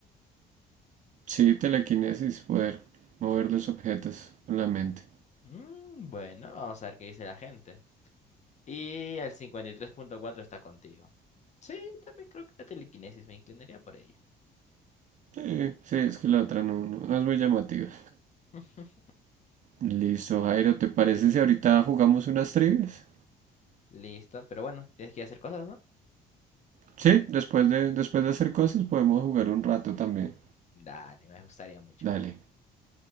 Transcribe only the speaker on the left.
Mm, bueno, vamos a ver qué dice la gente. Y el 53.4 está contigo. Sí, yo también creo que la telequinesis me inclinaría por ella.
<laughs>
Listo, pero bueno, tienes que ir a hacer cosas, ¿no?
Dale, me gustaría mucho.